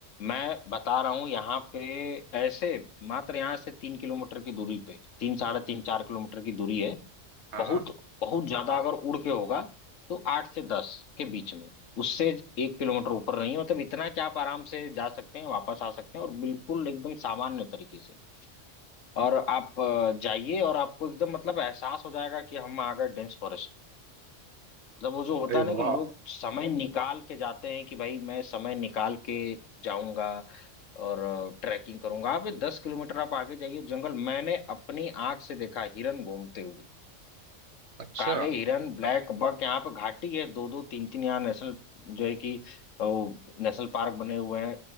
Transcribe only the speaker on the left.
मैं बता रहा हूँ यहाँ पे ऐसे मात्र यहाँ से तीन किलोमीटर की दूरी पे तीन साढ़े तीन चार किलोमीटर की दूरी है
बहुत
बहुत ज्यादा अगर उड़ के होगा तो आठ से दस के बीच में उससे एक किलोमीटर ऊपर नहीं है मतलब इतना कि आप आराम से जा सकते हैं वापस आ सकते हैं और बिल्कुल एकदम सामान्य तरीके से और आप अ, जाइए और आपको एकदम मतलब एहसास हो जाएगा कि हम आ गए डेंस फॉरेस्ट में मतलब वो जो होता
है ना
कि लोग समय निकाल के जाते हैं कि भाई मैं समय निकाल के जाऊंगा और ट्रैकिंग करूंगा आप ये दस किलोमीटर आप आगे जाइए जंगल मैंने अपनी आंख से देखा हिरन घूमते हुए
काले हिरन ब्लैक बक यहाँ पे घाटी है दो दो तीन तीन यहाँ नेशनल जो है कि वो नेशनल पार्क बने हुए हैं